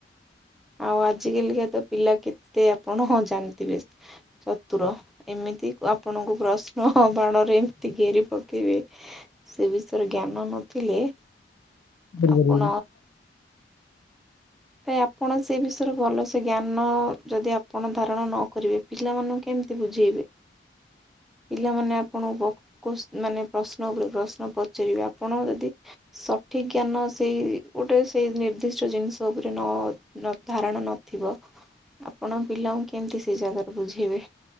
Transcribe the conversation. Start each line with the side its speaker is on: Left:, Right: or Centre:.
Centre: ଆଉ ଆଜି କାଲିକା ତ ପିଲା କେତେ ଆପଣ ହଁ ଜାଣିଥିବେ ଚତୁର। ଏମିତି ଆପଣଙ୍କୁ ପ୍ରଶ୍ନ ବାଣରେ ଏମିତି ଘେରି ପକେଇବେ ସେ ବିଷୟରେ ଜ୍ଞାନ ନଥିଲେ
Left: କରିପାରିବେନି
Centre: ଆପଣ
Left: <unintelligible>
Centre: ନାଇଁ ଆପଣ ସେ ବିଷୟରେ ଭଲସେ ଜ୍ଞାନ ଯଦି ଆପଣ ଧାରଣ ନ କରିବେ ପିଲାମାନଙ୍କୁ କେମିତି ବୁଝେଇବି।
Left: <inaudible>
Centre: ପିଲାମାନେ ଆପଣଙ୍କୁ ବ ପଶ ମାନେ ପ୍ରଶ୍ନ ଉପରେ ପ୍ରଶ୍ନ ପଚାରିବେ ଆପଣ ଯଦି ସଠିକ୍ ଜ୍ଞାନ ସେଇ ଗୋଟେ ସେଇ ନିର୍ଦ୍ଦିଷ୍ଟ ଜିନିଷ ସ ଉପରେ ନ ଧାରଣା ନଥିବ ଆପଣ ପିଲାଙ୍କୁ କେମିତି ସେଇ ଜାଗାରେ ବୁଝେଇବେ?